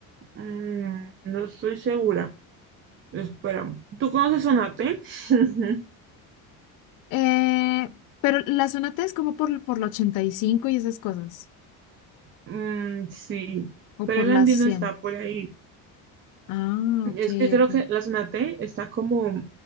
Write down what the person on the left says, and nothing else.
Eh, pero la zona T es como por, por la ochenta y cinco y esas cosas,
o
por
las
100.
Ah,
ok,
ok.